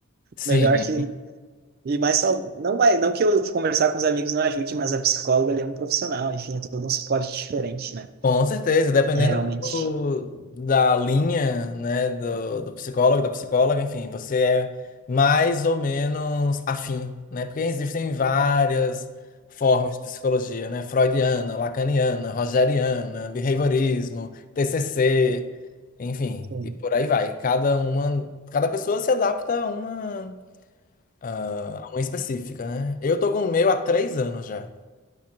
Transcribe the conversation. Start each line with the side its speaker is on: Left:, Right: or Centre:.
Left: sim.
Right: Melhor que e mais sal- não vai, não que eu conversar com os amigos não ajude, mas a psicóloga ali é um profissional, enfim, é todo um suporte diferente, né?
Left: Com certeza, dependendo
Right: É, Realmente.
Left: do- da linha, né, do, do psicólogo, da psicóloga, enfim, você é mais ou menos afim, né? Porque existem várias formas de psicologia, né? Freudiana, lacaniana, rogeriana, behaviorismo, TCC, enfim,
Right: Sim.
Left: e por aí vai. Cada uma, cada pessoa se adapta a uma, a a uma específica, né? Eu tô com o meu há três anos já.